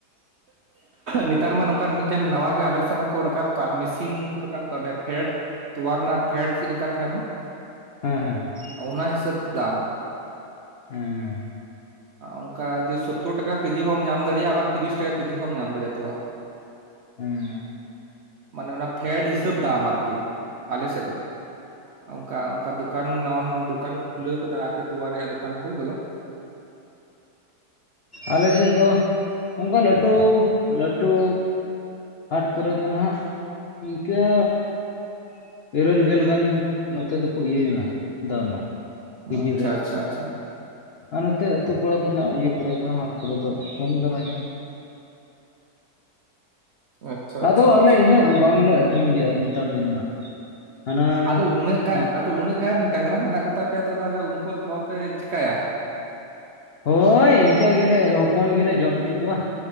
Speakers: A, on the right; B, on the left.
A: ᱱᱮᱛᱟᱨ ᱢᱟ ᱱᱚᱝᱠᱟᱱ ᱢᱤᱫ ᱪᱮᱱ ᱱᱟᱣᱟ ᱜᱮ ᱟᱞᱮ ᱥᱮᱫ ᱢᱟᱠᱚ ᱨᱟᱠᱟᱵ ᱠᱟᱱ ᱢᱮᱥᱤᱱ ᱠᱚ ᱨᱟᱠᱟᱵ ᱠᱟᱱ ᱯᱷᱮᱰ ᱛᱚᱣᱟ ᱨᱮᱱᱟᱜ ᱯᱷᱮᱰ ᱪᱮᱜ ᱞᱮᱠᱟ ᱛᱟᱦᱮᱱᱟ?
B: ᱦᱮᱸ ᱦᱮᱸ ᱦᱮᱸ
A: ᱚᱱᱟ ᱦᱤᱥᱟᱹᱵ ᱛᱮ ᱫᱟᱢ
B: ᱩᱸᱻ
A: ᱚᱱᱠᱟ ᱡᱮ ᱥᱳᱛᱛᱩᱨ ᱴᱟᱠᱟ ᱠᱮᱡᱤ ᱦᱚᱸᱚᱢ ᱧᱟᱢ ᱫᱟᱲᱮᱭᱟᱜᱼᱟ, ᱟᱵᱟᱨ ᱛᱤᱨᱤᱥ ᱴᱟᱠᱟ ᱠᱮᱡᱤ ᱦᱚᱢ ᱧᱟᱢ ᱫᱟᱲᱮᱭᱟᱜᱼᱟ ᱛᱳᱣᱟ᱾
B: ᱩᱸ
A: ᱢᱟᱱᱮ ᱚᱱᱟ ᱯᱷᱮᱰ ᱦᱤᱥᱟᱹᱵ ᱫᱟᱢ ᱟᱨᱠᱤ ᱟᱞᱮ ᱥᱮᱜ ᱫᱚ᱾ ᱚᱱᱠᱟ ᱚᱱᱠᱟ ᱫᱚᱠᱟᱱ ᱱᱟᱣᱟ ᱱ ᱫᱚᱠᱟᱱ ᱠᱚ ᱠᱷᱩᱞᱟᱹᱣ ᱟᱠᱟᱫᱟ ᱟᱨᱠᱤ ᱛᱚᱣᱟ ᱨᱮᱭᱟᱜ ᱫᱚᱠᱟᱱ ᱠᱚ? ᱵᱚᱞᱮ
B: ᱟᱞᱮ ᱥᱮᱫ ᱫᱚ ᱚᱱᱠᱟ ᱞᱟᱹᱴᱩ ᱞᱟᱹᱴᱩ ᱦᱟᱴ ᱠᱚᱨᱮ ᱫᱚ ᱱᱟᱦᱜ ᱤᱱᱠᱟᱹ
A: ᱦ
B: ᱤᱨᱟᱹᱞ ᱜᱮᱞ ᱜᱟᱱ ᱱᱚᱛᱮ ᱫᱚᱠᱚ ᱤᱭᱟᱹᱭᱱᱟ ᱫᱟᱢᱟ ᱠᱮᱡᱤ
A: ᱟᱪᱪᱷᱟ
B: ᱨᱮ
A: ᱟᱪᱪᱷᱟ ᱟᱪᱪᱷᱟ
B: ᱟᱨ ᱱᱚᱛᱮ ᱟᱹᱛᱩ ᱯᱟᱲᱟ ᱠᱚᱨᱮᱱᱟᱜ ᱤᱭᱟᱹ ᱠᱚᱨᱮ ᱫᱚ ᱦᱟᱴ ᱠᱚᱨᱮ ᱫᱚ ᱠᱚᱢ ᱫᱷᱟᱨᱟ ᱜᱮᱭᱟ᱾
A: ᱟᱪᱪᱷᱟ
B: ᱟᱫᱚ
A: ᱟᱪᱪᱷᱟ
B: ᱟᱞᱮ
A: ᱟᱪᱪᱷᱟ
B: ᱤᱱᱟᱹᱜ ᱵᱟᱝᱞᱮ ᱟᱹᱠᱷᱨᱤᱧ ᱜᱮᱭᱟ ᱱᱮᱛᱟᱨ ᱫᱤᱱ ᱢᱟ ᱦᱟᱱᱟ
A: ᱟᱫᱚ ᱩᱱᱟᱹᱜ ᱜᱟᱱ
B: ᱟᱜ
A: ᱟᱫᱚ ᱩᱱᱟᱹᱜ ᱜᱟᱱ ᱰᱟᱝᱨᱟ ᱢᱮᱱᱟᱜ ᱠᱚᱛᱟᱯᱮᱭᱟ, ᱛᱚ ᱛᱟᱦᱞᱮ ᱩᱱᱠᱩᱣᱟᱜ ᱛᱚᱣᱟ ᱯᱮ ᱪᱮᱠᱟᱭᱟ?
B: ᱦᱳᱭ ᱤᱱᱠᱟᱹ ᱜᱮᱞᱮ ᱦᱚᱯᱚᱱ ᱜᱮᱞᱮ ᱡᱚᱢ ᱪᱚ ᱠᱚᱣᱟ᱾